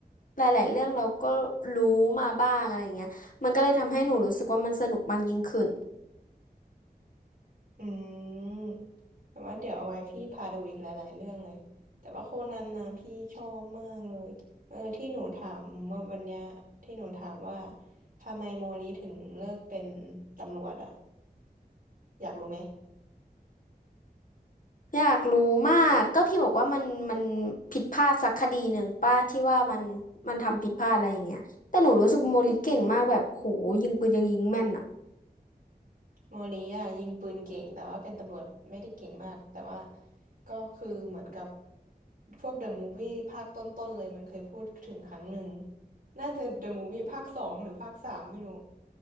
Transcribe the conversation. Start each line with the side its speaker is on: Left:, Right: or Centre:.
Left: หลายๆเรื่องเราก็รู้มาบ้างอะไรอย่างเงี้ยมันก็เลยทำให้หนูรู้สึกว่ามันสนุกมากยิ่งขึ้น
Right: อืมแต่ว่าเดี๋ยวเอาไว้พี่พาดูอีกหลายๆเรื่องเลยแต่ว่าโคนันนะพี่ชอบมากเลยเออที่หนูถามเมื่อวันเนี้ยที่หนูถามว่าทำไมโมลิถึงเลิกเป็นตำรวจอะอยากรู้ไหม
Left: อยากรู้มากก็พี่บอกว่ามันมันผิดพลาดสักคดีหนึ่งป้าที่ว่ามันมันทำผิดพลาดอะไรอย่างเงี้ยแต่หนูรู้สึกโมลิเก่งมากแบบโหยิงปืนยังยิงแม่นอ่ะ
Right: โมลีอ่ะยิงปืนเก่งแต่ว่าเป็นตำรวจไม่ได้เก่งมากแต่ว่าก็คือเหมือนกับพวกเดอะมูฟวี่ภาคต้นๆเลยมันเคยพูดถึงครั้งหนึ่งน่าจะเดอะมูฟวี่ภาคสองหรือภาคสามไม่รู้